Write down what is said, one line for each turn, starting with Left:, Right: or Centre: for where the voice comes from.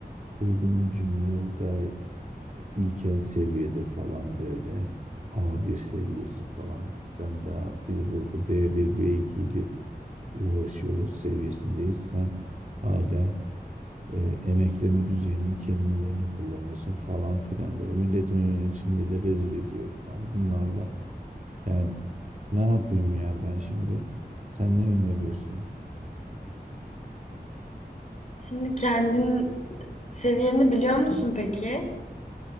Right: kurduğun cümleler daha ilkel seviyede falan böyle. a bir seviyesi falan. Sen daha biz burada B1, B2 ile uğraşıyoruz seviyesindeyiz. Sen hala e, emekleme düzeyinin kelimelerini kullanıyorsun falan filan böyle. Milletin önünün içinde de rezil ediyor falan bunlarla. Yani ne yapayım ya ben şimdi? Sen ne öneriyorsun?
Left: Şimdi kendin seviyeni biliyor musun peki?